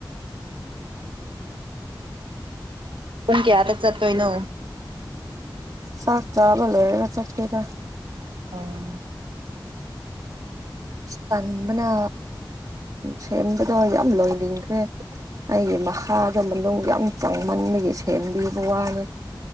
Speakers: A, on the right (about 85°); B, on the right (about 45°).
A: ꯄꯨꯡ ꯀꯌꯥꯗ ꯆꯠꯇꯣꯏꯅꯣ
B: ꯆꯥꯛ ꯆꯥꯕ ꯂꯣꯢꯔꯒ ꯆꯠꯀꯦꯗ
A: ꯑꯣ
B: ꯇꯟꯕꯅ ꯁꯦꯝꯕꯗꯣ ꯌꯥꯝ ꯂꯣꯏꯅꯤꯡꯈ꯭ꯔꯦ ꯑꯩꯒꯤ ꯅꯈꯥ ꯃꯅꯨꯡ ꯌꯥꯝ ꯆꯪꯃꯟꯕꯒꯤ ꯁꯦꯟꯕꯤꯕ ꯋꯥꯅꯦ